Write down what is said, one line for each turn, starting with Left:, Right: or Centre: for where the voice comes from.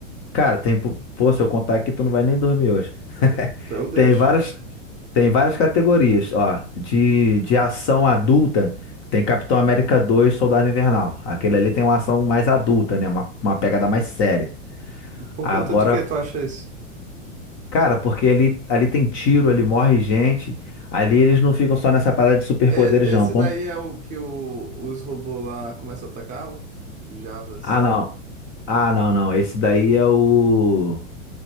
Left: Cara, tem, pô, pô, se eu contar aqui, tu não vai nem dormir hoje. <laughs>
Right: Eu, eu deixo.
Left: Tem várias, tem várias categorias, ó, de, de ação adulta. Tem Capitão América dois, Soldado Invernal. Aquele ali tem uma ação mais adulta, né, uma, uma pegada mais séria.
Right: Por
Left: Agora,
Right: conta de que tu acha isso?
Left: Cara, porque ali, ali tem tiro, ali morre gente. Ali eles não ficam só nessa parada de superpoderes,
Right: E- Esse
Left: não. Tanto-
Right: daí é o que o- os robôs lá começam a atacar, ó? os Javas.
Left: Ah, não. Ah, não, não. Esse daí é o.